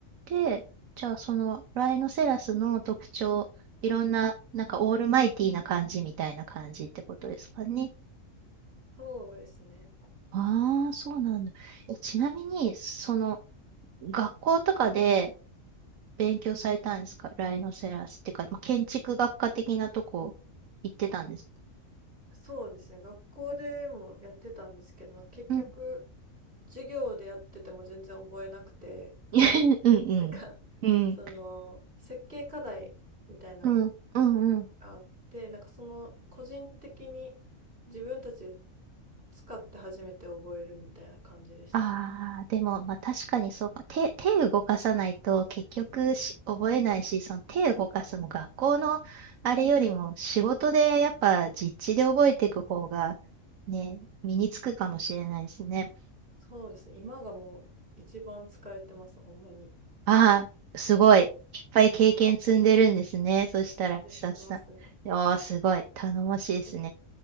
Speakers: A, on the right; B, on the right.
A: で、じゃあそのライノセラスの特徴、いろんな、なんかオールマイティーな感じみたいな感じってことですかね。
B: そうですね。
A: ああ、そうなんだ。え、ちなみに、その学校とかで勉強されたんですかライノセラスっていうか、まあ、建築学科的なとこ行ってたんですか
B: そうですね。学校でもやってたんですけど、結局、
A: うん。
B: 授業でやってても全然覚えなくて、
A: <laughs> うんうん。
B: なんか、
A: うん。
B: その、設計課題みたいなの
A: うんうんうん。
B: あって、なんかその個人的に自分たちで使って初めて覚えるみたいな感じでした。
A: ああ、でも、まあ確かにそうか。手、手動かさないと結局し覚えないし、その手動かすも学校のあれよりも仕事でやっぱ実地で覚えていく方がね、身につくかもしれないですね。
B: そうですね。今がもう一番使えてます、ほんまに。
A: ああ、すごい。いっぱい経験積んでるんですね。そしたら、
B: 進んできてますね。
A: スタッフさん。おー、すごい。頼もしいですね。
B: え、